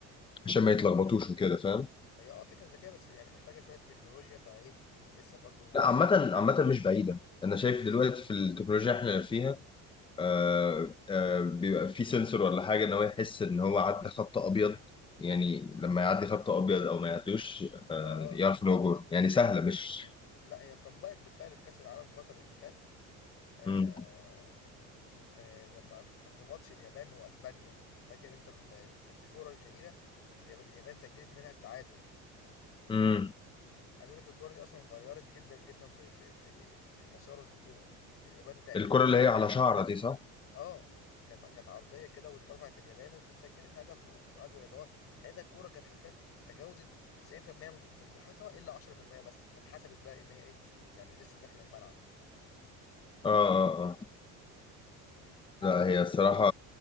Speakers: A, on the left; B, on the left.
A: عشان ما يتلخبطوش وكده فاهم؟
B: هي اه فكره ذكيه بس يعني محتاجه شويه تكنولوجيا فايه لسه برضو
A: لا عامة
B: ب-
A: عامة مش بعيدة انا شايف دلوقتي في التكنولوجيا احنا فيها آه آه بيبقى في سنسور ولا حاجة ان هو يحس ان هو عدى خط ابيض يعني لما يعدي
B: مم.
A: خط ابيض او ما يعدوش آه
B: اه
A: يعرف
B: اه
A: ان هو جون يعني
B: هي
A: سهلة
B: طب
A: مش
B: لا هي اتطبقت بالفعل في كاس العالم قطر اللي فات آه
A: امم
B: آه لما في... كان في ماتش اليابان واسبانيا فاكر انت ال- كان في كوره شهيره الياب- اليابان سجلت منها التعادل
A: امم
B: عايز اقول لك الكوره دي اصلا غيرت جدا جدا في في في في مسار البطوله اليابان تأهلت
A: الكرة
B: بسبب
A: اللي هي على شعرة دي صح؟
B: اه كانت كانت عرضيه كده واترفعت اليابان واتسجلت هدف وقعدوا يراجعوها ساعتها الكوره كانت حرفيا تجاوزت 90% من من محيطها الا 10% بس فاتحسبت بقى ان هي ايه يعني لسه داخل الملعب
A: اه اه اه لا هي الصراحة